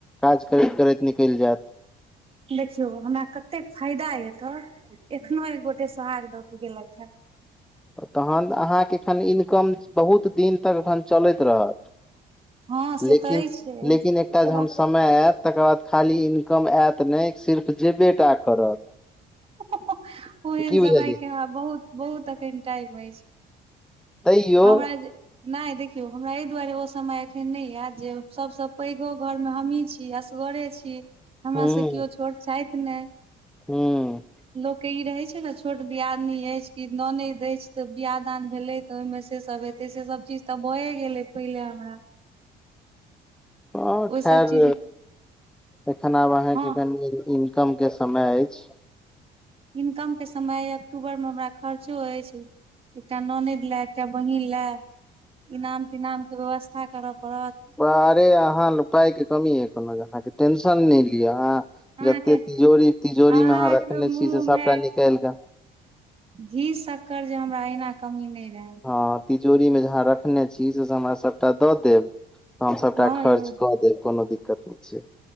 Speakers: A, in the centre; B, on the right (about 35°).
A: काज करैत करैत निकलि जायत।
B: देखियौ हमरा कतेक फायदा अय एतअ एखनो एक गोटे सोहाग दऽ के गेलथि है।
A: तहन अहाँके एखन इनकम बहुत दिन तक अखन चलैत रहत।
B: हँ से
A: लेकिन
B: तऽ अछि
A: लेकिन एकटा
B: पूरा
A: जे हम स समय आयत तकर बाद खाली इनकम ऐत नहि सिर्फ जेबेटा करत।
B: ओहेन
A: की बुझलियै
B: समय के हँ बहुत बहुत अखन टाइम अछि।
A: तैयो
B: हमरा जे नैय देखियौ हमरा एहि दुआरे ओ समय एखन नैय आइत जे सबसे पैगो घरमे हमही छि। कि असगरे छी। हमरा
A: हूँ
B: सैय किओ छोट छैथ नैय
A: हूँ
B: लोक के ई रहैय छैय नै छोट दियादिनी अछि कि ननैद अछि त बियाह दान भेलैय तऽ ओहिमे से सब हेतै से सब चीज तऽ भए गेलै पहिले हमरा।
A: हाँ
B: ओहि
A: खैर
B: सब चीज
A: एखन आब अहाँ
B: हँ
A: कनि जिंदगी मे कम के समय अछि।
B: इनकम के समय अइ अक्टूबर में हमरा खर्चो अछि। एकटा ननैद लैय एकटा बहीन लैय इनाम तिनाम के व्यवस्था करअ पड़त।
A: आरे अहाँ पाइ के कमीयै कोनो अहाँके टेंशन नैइ लिअ अहाँ
B: अहाँके
A: जतैय तिजोरी तिजोरी
B: अहाँके
A: मे अहाँ रखने
B: मुँह
A: छी से
B: मे
A: सबटा निकालि के
B: घी शक्कर जे हमरा एहीना कमी नैइ रहैय।
A: हँ तिजोरीमे जे अहाँ रखने छी से स हमरा सबटा दऽ देब। तऽ हम सबटा
B: हँ
A: खर्च
B: यौ
A: कऽ देब कोनो दिक्कत नैय छैय।